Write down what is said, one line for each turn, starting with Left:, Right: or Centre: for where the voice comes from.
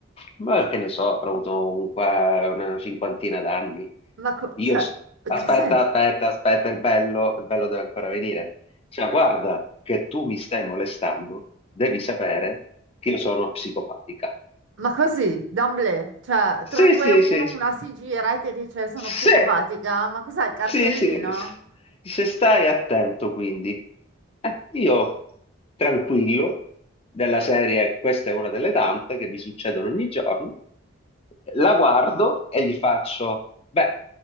Left: ma che ne so, avrò avuto un qua- una cinquantina d'anni.
Right: Ma co-
Left: Io,
Right: cioè,
Left: s- aspetta,
Right: che senso?
Left: aspetta, aspetta, il bello, il bello deve ancora venire. Cioè, guarda che tu mi stai molestando, devi sapere che io sono psicopatica.
Right: Ma così, d'emblée, cioè
Left: Sì,
Right: 3, 2,
Left: sì,
Right: 1,
Left: sì,
Right: una
Left: sì.
Right: si gira e ti dice sono
Left: Sì,
Right: psicopatica, ma cos'è il cartellino?
Left: sì, sì, se stai attento quindi. Eh, io tranquillo, della serie, questa è una delle tante che mi succedono ogni giorno, la guardo e gli faccio, beh,